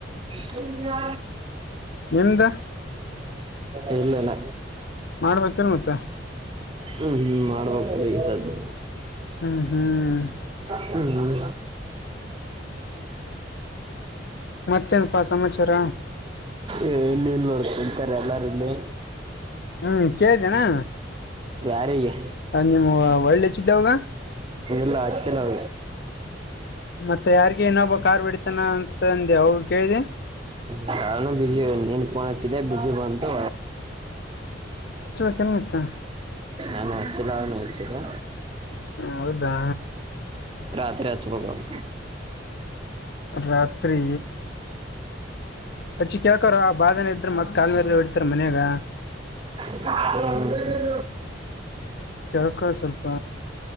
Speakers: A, on the right (about 30°); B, on the left (about 60°).
A: ತಲ್ಲ ಯ
B: ನಿಮ್ದ
A: ಎಏರನ್ನ
B: ಮಾಡ್ಬೇಕ್ರ ಮತ್ತೆ
A: ೂ ಮಾಡ್ಬೇಕು ಈಗೆ ಸತ್ತು
B: ಹ್ಮ ಹ್ಮ್
A: ಹ್ಮಞ
B: ಮತ್ತೇನಪ್ಪಾ ಸಮಾಚಾರ
A: ಏ ಇನ್ನೇನ್ ನೋಡ್ಕಂತಾರೆ ಎಲ್ಲ ಎಲ್ಲಲೆ
B: ಹ್ಮ್ ಕೇಳಿದ್ದೇನಾ
A: ಯಾರಿಗೆ
B: ಹ ನಿಮ್ ಒಳ್ಳ ಹೆಚ್ಚಿದ್ದಾವಾಗ
A: ಲ್ಲ ಆ ಚೆ ನಾವ
B: ಮತ್ತೆ ಯಾರ್ಗ ಏನೊಬ್ಬ ಕಾರ್ ಬಿಡ್ತಾನ ಅಂತಂದು ಅವ ಕೇಳ್ದಿ
A: ನಾನು ಬಿಜಿ ನೀನ್ ಫೋನ್ ಹಚ್ಚಿದ್ದೆ ಬಿಜಿ ಬಟು
B: ನ ಮತ್ತಾ
A: ನಾನು ಹೆಚ್ಚಿಲ್ಲ ಅವನು ಇಚ್ಚರ
B: ಹೌದಾ
A: ರಾತ್ರಿ ಆತ್ಪೋಗವು
B: ರಾತ್ರಿ ಅಚ್ಚಿ ಕೇಳ್ಕರ ಆ ಬಾದನ ಇದ್ರ ಮತ್ತ್ ಕಾಾಲ ಮರಿ ಇಡ್ತಾರ ಮನ್ಯಾಗ
A: ಹ್ಮ್
B: ಕೇಳ್ಕೊ ಸ್ವಲ್ಪ